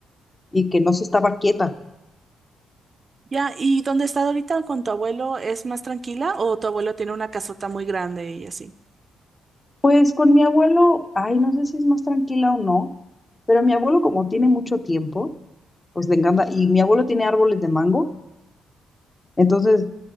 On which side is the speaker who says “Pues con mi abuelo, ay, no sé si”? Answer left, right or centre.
Left